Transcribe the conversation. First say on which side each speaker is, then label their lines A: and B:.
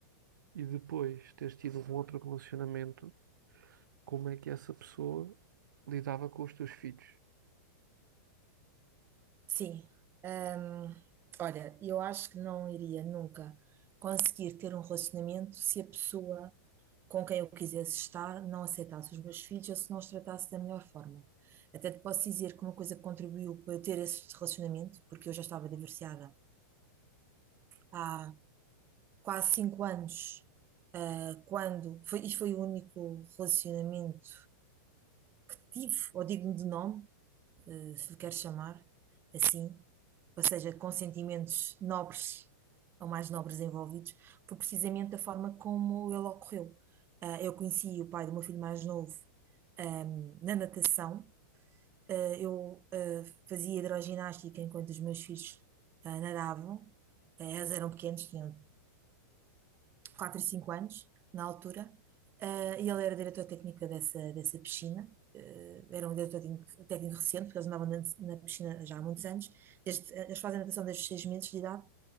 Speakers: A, on the right; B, on the right.
A: e depois teres tido um outro relacionamento, como é que essa pessoa lidava com os teus filhos?
B: Sim. Hum, olha, eu acho que não iria nunca conseguir ter um relacionamento se a pessoa com quem eu quisesse estar, não aceitasse os meus filhos ou se não os tratasse da melhor forma. Até te posso dizer que uma coisa que contribuiu para eu ter esse relacionamento, porque eu já estava divorciada há quase cinco anos, ah, quando, foi, e foi o único relacionamento que tive, ou digno de nome, eh, se lhe quer chamar assim, ou seja, com sentimentos nobres ou mais nobres envolvidos, foi precisamente da forma como ele ocorreu. Ah, eu conheci o pai do meu filho mais novo, ahm, na natação. Ah, eu, ah, fazia hidroginástica enquanto os meus filhos, ah, nadavam. Eh, eles eram pequenos, tinham 4 e 5 anos, na altura, eh, e ele era diretor técnico dessa, dessa piscina. eh, era um diretor técnico, técnico recente, porque eles andavam na, na piscina já há muitos anos. Desde, eh, eles fazem natação desde os 6 meses de idade.